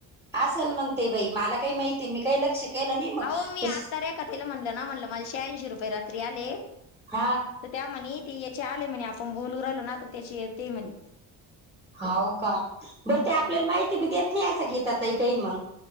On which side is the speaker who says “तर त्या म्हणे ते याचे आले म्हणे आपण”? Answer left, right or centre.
Left